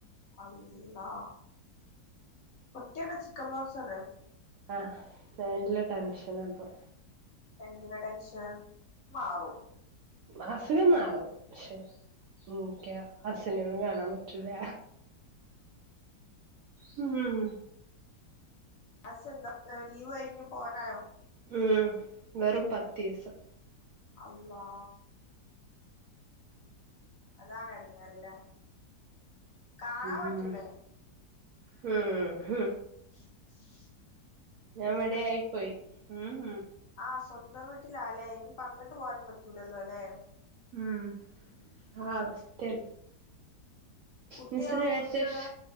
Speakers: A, on the left; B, on the right.
A: അപ്പാ പൊട്ടിയാണ് ചിക്കൻ ബോക്സ്ണ്
B: ആഹ നല്ല ടെൻഷന അപ്പൊ
A: എന്തിനാ ടെൻഷൻ മാറും
B: അസുഖം മാറും പക്ഷെ ഉം എനിക്കാ അച്ചനെ ഒന്നും കാണാൻ പറ്റൂില്ല
A: അം <unintelligible>
B: ഉം
A: ഹസ്ബൻഡ് എന്താ ലീവ് കഴിഞ് പോയാതാണോ
B: ഉം വെറും പത്ത് ദിവസം
A: അല്ലാ അതാണ് ഇടങ്ങറ ഇല്ലേ കാണാൻ
B: ഉം
A: പറ്റൂല്ലേ
B: ഉം ഹ്
A: ഹ ഹ <unintelligible>
B: ഞാൻവിടെ ആയിപ്പോയി ഉം
A: ആഹ് സ്വന്തം വീട്ടിലാ അല്ലെ ഇനി പങ്കിട്ട് പോകാനും പറ്റൂലല്ലോ അല്ലെ
B: ഉം ആഹ് അവസ്സ്ഥ -
A: കുട്ടിയോ
B: മിസ്ര വിശേഷ
A: കുട്ടി എവിടെ